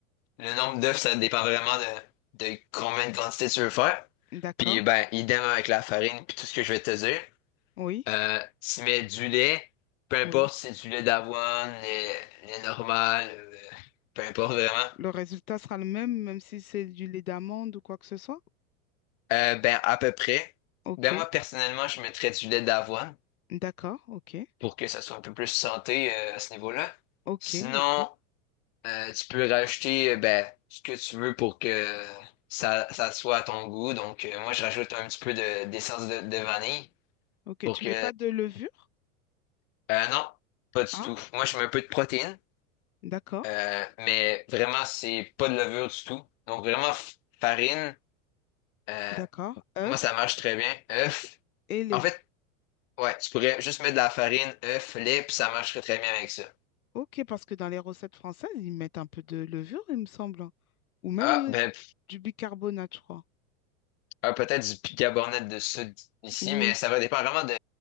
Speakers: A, on the left; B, on the left.
A: le nombre d'œufs, ça dépend vraiment de, de combien de quantité tu veux faire.
B: d'accord,
A: Puis ben, idem avec la farine, puis tout ce que je vais te dire.
B: oui,
A: Euh, tu mets du lait, peu importe
B: oui.
A: si c'est du lait d'avoine, lait, lait normal, euh, peu importe vraiment.
B: Le résultat sera le même, même si c'est du lait d'amande ou quoi que ce soit.
A: Euh, ben à peu près.
B: Ok,
A: Ben moi personnellement, je mettrais du lait d'avoine
B: d'accord, ok,
A: pour que ça soit un peu plus santé euh, à ce niveau-là.
B: ok,
A: Sinon,
B: ok,
A: Euh, tu peux rajouter euh, ben, ce que tu veux pour que ça, ça soit à ton goût. Donc, euh, moi, je rajoute un petit peu de, d'essence de, de vanille
B: ok.
A: pour
B: Tu
A: que...
B: mets pas de levure?
A: Euh, non, pas du
B: Ah,
A: tout. Moi, je mets un peu de protéines,
B: d'accord,
A: euh, mais vraiment, c'est pas de levure du tout. Donc, vraiment, f- farine, euh,
B: d'accord. Œuf
A: moi, ça marche très bien. Œuf.
B: et lait.
A: En fait, ouais, tu pourrais juste mettre de la farine, œuf, lait, puis ça marcherait très bien avec ça.
B: Ok, parce que dans les recettes françaises, ils mettent un peu de levure, il me semble. Ou même
A: Ah,
B: euh,
A: ben,
B: du bicarbonate, je crois.
A: Ah, peut-être du bicarbonate de soude ici,
B: Oui,
A: mais ça va dépendre vraiment de,